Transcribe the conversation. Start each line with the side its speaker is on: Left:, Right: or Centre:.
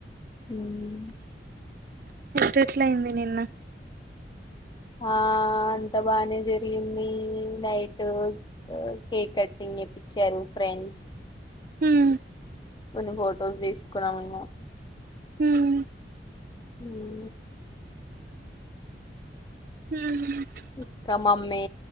Left: హ్మ్
Right: ఎట్ల ఎట్లా అయింది నిన్నా
Left: ఆ అంత బానే జరిగింది నైటు కేక్ కటింగ్ చేప్పించారు ఫ్రెండ్స్
Right: హ్మ్
Left: కొన్ని ఫొటోస్ తీసుకున్నాము
Right: హ్మ్
Left: హ్మ్
Right: హ్మ్
Left: ఇక్క మమ్మీ